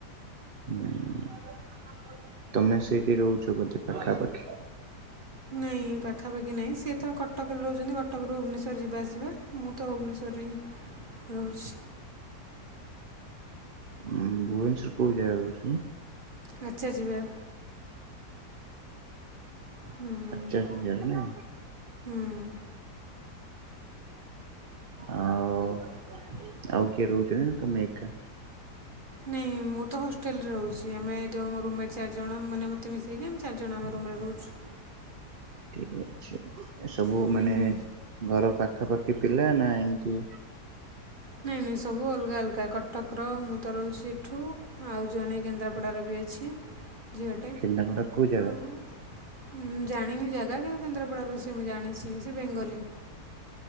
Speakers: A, on the right; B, on the right.
A: ହଁ ତମେ ସେଇଠି ରହୁଛ ବୋଧେ ପାଖାପାଖି।
B: ନାହିଁ ପାଖାପାଖି ନାହିଁ ସିଏ ତ କଟକରେ ରହୁଛନ୍ତି କଟକରୁ ଭୁବନେଶ୍ୱର ଯିବା ଆସିବା ମୁଁ ତ ଭୁବନେଶ୍ୱରରେ ହିଁ ରହୁଛି।
A: ଉଁ ଭୁବନେଶ୍ଵର କୋଉ ଜାଗା ର ଅଛନ୍ତି?
B: ଆଚଛା ଯିବେ। ହୁଁ
A: ଆଚା ହଜାର ନା।
B: ହୁଁ
A: ଆଉ
B: <inaudible>
A: ଆଉ କିଏ ରହୁଛି ନା ତମେ ଏକା?
B: ନାଇଁ ମୁଁ ତ ହଷ୍ଟେଲରେ ରହୁଛି ଆମେ ଯ ରୁମେଟ୍ ଚାରି ଜଣ ମାନେ ମୋତେ ମିଶେଇକି ଆମେ ଚାରିଜଣ ଆମେ ରୁମ୍ ରେ ରହୁଛୁ।
A: ଠିକ ଅଛି ଏ ସବୁ
B: ହୁଁ,
A: ମାନେ ଘର ପାଖାପାଖି ପିଲା ନା ଏମିତି।
B: ନାଇଁ ନାଇଁ ସବୁ ଅଲଗା ଅଲଗା କଟକର ମୁଁ ତ ରହୁଛି ଏଠୁ। ଆଉ ଜଣେ କେନ୍ଦ୍ରାପଡ଼ାର ବି ଅଛି ଝିଅଟେ
A: କେନ୍ଦ୍ରାପଡା କୋଉ ଜାଗା
B: ହଁ। ଉଁ ଜାଣିନି ଜାଗା କିନ୍ତୁ କେନ୍ଦ୍ରାପଡାର ସେ ମୁଁ ଜାଣିଛି ସେ ବେଙ୍ଗଲି।